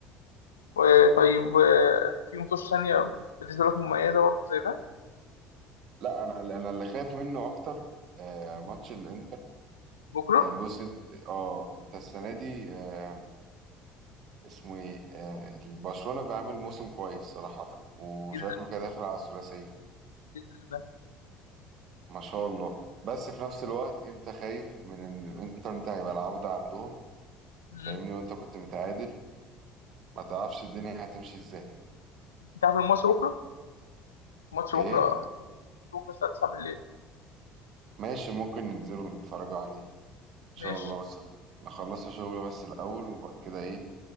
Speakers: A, on the left; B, on the right.
A: وطيب آه، في مطوش ثانية بالنسبة لك مميزة برضه زي ده
B: لا انا اللي انا اللي خايف منه اكتر آه ماتش الانتر
A: بكرة
B: يعني بص انت اه انت السنة دي آه اسمه ايه؟ آه البرشلونة بيعمل موسم كويس صراحة وشكله
A: جدا
B: كده داخل على الثلاثية
A: بإذن الله
B: ما شاء الله بس في نفس الوقت انت خايف من ان الانتر انت هيبقى العودة عندهم
A: مم.
B: فاهمني وانت كنت متعادل ما تعرفش الدنيا هتمشي ازاي
A: أنت عارف الماتش بكرة؟ الماتش بكرة
B: ايه؟
A: بكرة الساعة 9 بالليل
B: ماشي ممكن ننزلوا نتفرجوا عليه ان شاء
A: ماشي
B: الله بس نخلص شغل بس الاول وبعد كده ايه